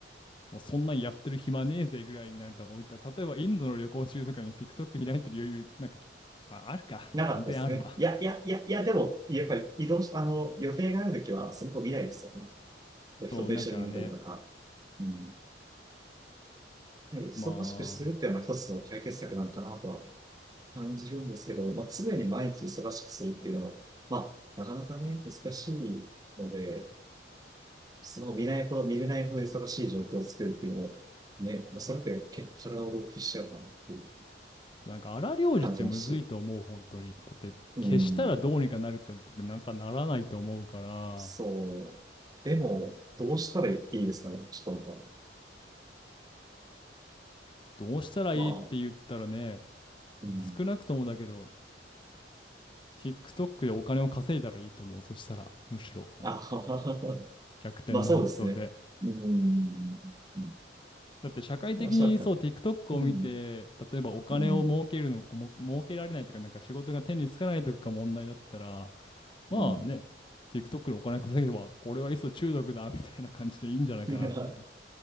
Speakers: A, on the left; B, on the right.
A: もうそんなんやってる暇ねえぜぐらいになんか置いた。例えばインドの旅行中とかに TikTok 開いてる余裕、なんか、まああるか。
B: なかったですね。
A: 全然あるわ。
B: いや、いや、いや、いや、でも、やっぱり移動し、あの、予定があるときは、スマホ見ないですよね。
A: そう、
B: 人と一緒にいるときとか。
A: なんかね、
B: うん。ね忙しくするっていうのは一つの解決策なのかなとは
A: まあ、
B: 感じるんですけど、まあ、常に毎日忙しくするっていうのは、まあ、なかなかね、難しいので、スマホ見ないほど、見れないほど忙しい状況を作るっていうのを、ね、まあ、それって結構体を浪費しちゃうかなっていう
A: そうなんか荒療治ってむずいと思う、
B: 感じますし。
A: 本当に。だって、
B: うん。
A: 消したらどうにかなるって僕なんかならないと思うから、
B: そう。でも、どうしたらいいですかね。ちょっとなんか、
A: どうしたらいいって言ったらね、
B: まあ、うん。
A: 少なくともだけど、TikTok でお金を稼いだらいいと思う。そしたら、むしろ
B: あははは。<laughs>
A: 逆転の発想で。
B: まあそうですね。うん。うん
A: だって社会的にそう
B: まあ、したら
A: TikTok
B: うん。
A: を見て、例えばお金を儲けるの、
B: うん。
A: も儲けられないとか、なんか仕事が手につかないとかが問題だったら、まあね、
B: うん。
A: TikTok でお金稼げば、俺はいっそ中毒だ、みたいな感じでいいんじゃないかなって。
B: いや